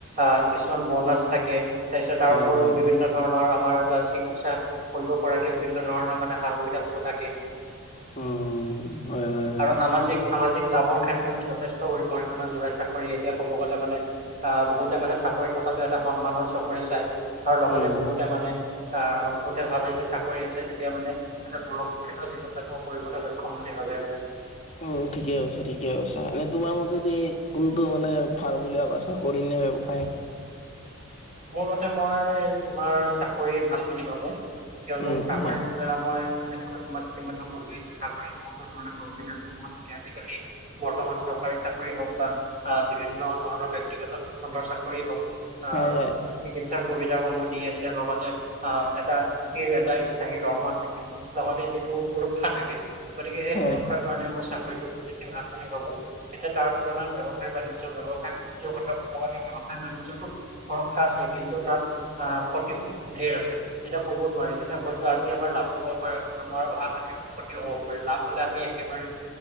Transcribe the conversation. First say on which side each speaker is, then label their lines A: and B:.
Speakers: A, on the right (about 35°); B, on the left (about 30°).
A: আৰ কিছুমান বোনাচ থাকে। তাৰপিছত তাৰ
B: হয়
A: উপৰিও
B: হয়
A: বিভিন্ন। <unintelligible> আমাৰ চিকিৎসা, কৰিব পৰাকে বিভিন্ন ধৰণৰ মানে সা সুবিধা সমূহ থাকে।
B: উম হয় হয় হয়
A: আৰু সামাজিক-সামাজিক। লাভৰ ক্ষেত্ৰতো যথেষ্ট অ-অৰিহণা যোগাই চাকৰি এতিয়া ক'ব গ'লে মানে, আহ বহুতে মানে চাকৰি থকা তাতো এটা সন্মানৰ চকুৰে চাই আৰ আগতে
B: উম
A: বহুতে মানে, আহ বহুতে ভাবে যে চাকৰি আছে যে এতিয়া মানে, এটা সুৰক্ষিত জীৱন যাপন কৰিবলৈ সক্ষম বুলি ভাবে মানে।
B: উম, ঠিকে আছে ঠিকে আছে এনে তোমাৰ মতেদি কোনটো মানে, ভাল বুলি ভাবা চাকৰি ব্যৱসায়।
A: মোৰ মতে মই, তোমাৰ, চাকৰি ভাল বুলি ভাবোঁ। কিয়নো
B: উম
A: চাকৰিত
B: হয়
A: এটা মই যেনেকুৱা তোমাক ইতিমধ্যে কলোৱেই চাকৰিত বহুতো ধৰণৰ সা সুবিধা <unintelligible> থাকে আজিকালি, বৰ্তমান চৰকাৰী চাকৰি হওঁক বা, বিভিন্ন ধৰণৰ ব্যক্তিগত খণ্ডৰ চাকৰি হওঁক। <unintelligible> তাৰ
B: হয় হয়
A: সুবিধাসমূহ দি আছে লগতে, আহ এটা স্থিৰ এটা স্থায়ী দৰমহা থাকে, লগতে যিটো সুৰক্ষা থাকে, গতিকে সেই
B: হয়
A: সুৰক্ষাৰ কাৰণে মই চাকৰিটো বেছি ভাল বুলি ভাবো। এতিয়া তাৰ তুলনাত ব্যৱসায়-বাণিজ্য ব্যৱসায়-বাণিজ্য কথা ক'ব গলে ব্যৱসায় বাণিজ্যটো কৰ আছে কিন্তু তাত, আহ ক্ষতিও ঢেৰ আছে, এতিয়া ক'ব নোৱাৰি এতিয়া হয়তো আজি আমাৰ লাভো আমাৰ অহাকালি আকৌ ক্ষতিও হ'ব পাৰে লাভ হলে আমি একেবাৰে,